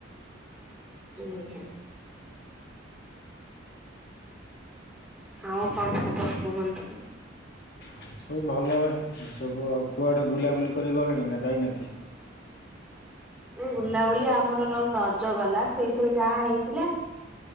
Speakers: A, in the centre; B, on the left.
A: ଅଜ୍ଞ ଆଉ କଣ ଖବର କୁହନ୍ତୁ?
B: ହଉ ସବୁ ଭଲ ଏ ସବୁ ଆଉ କୁଆଡ଼େ ବୁଲାବୁଲି କରି ଗଲେଣି ନା ଯାଇନାହାନ୍ତି?
A: ନାଇଁ ବୁଲାବୁଲି ଆମର ଯଉ ରଜ ଗଲା ସେଇଥିରେ ଯାହା ହେଇଥିଲା।